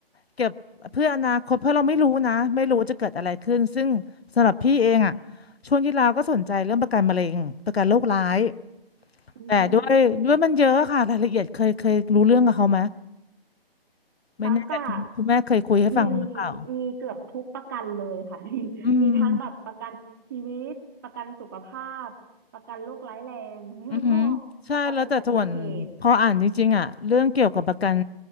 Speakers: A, on the left; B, on the right.
A: เก็บเพื่ออนาคตเพราะเราไม่รู้นะไม่รู้จะเกิดอะไรขึ้นซึ่งสำหรับพี่เองอ่ะช่วงที่เราก็สนใจเรื่องประกันมะเร็งประกันโรคร้าย
B: อื
A: แต่ด้วยด้วยมันเยอะค่ะรายละเอียดเคยเคยรู้เรื่องกับเขาไหม
B: ม
A: ไม่แน่ใจคุณคุณแม่เคยคุยให้ฟังหรือเปล่า
B: ตั๊กอะมีมีเกือบทุกประกันเลยค่ะ <laughs> มีมีทั้งแบบประกันชีวิตประกันสุขภาพประกันโรคร้ายแรงแล้วก็
A: อืม อือหือใช่แล้วแต่ส่วน
B: ประกันอุบัติเหตุ
A: พออ่านจริงๆอ่ะเรื่องเกี่ยวกับประกัน